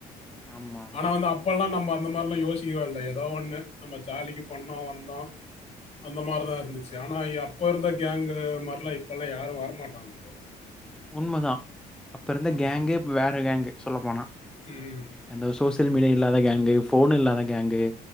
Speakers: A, in the centre; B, on the left.
A: ஆமா ஆமா
B: ஆனா வந்து அப்பெல்லாம் நம்ம அந்த மாரிலா யோசிக்கவேல்ல ஏதோ ஒண்ணு நம்ம ஜாலிக்கு பண்ணோம் வந்தோம் அந்த மாறு தா இருந்துச்சு ஆனாய்யா அப்ப இருந்த கேங்கு மாரிலா இப்பெல்லா யாரும் வரமாட்டாங்க ப்ரோ
A: உண்மதா அப்ப இருந்த
B: ஆமா.
A: கேங்கு வேற கேங்கு சொல்ல போனா
B: ம்.
A: எந்த விசோஸ் தில் மீடிய இல்லாத கேங்கு ஃபோன் இல்லாத கேங்கு